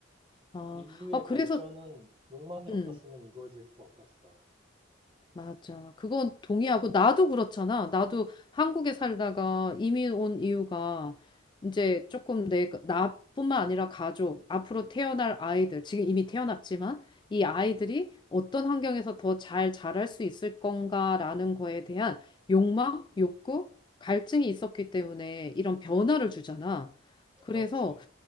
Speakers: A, on the left; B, on the right.
A: 어,
B: 인류의
A: 아, 그래서,
B: 발전은 욕망이
A: 응.
B: 없었으면 이루어질 수 없었어.
A: 맞아. 그건 동의하고 나도 그렇잖아. 나도 한국에 살다가 이민 온 이유가 이제 조금 내 그 나뿐만 아니라 가족, 앞으로 태어날 아이들, 지금 이미 태어났지만 이 아이들이 어떤 환경에서 더 잘 자랄 수 있을 건가라는 거에 대한 욕망, 욕구, 갈증이 있었기 때문에 이런 변화를 주잖아. 그래서
B: 그렇지.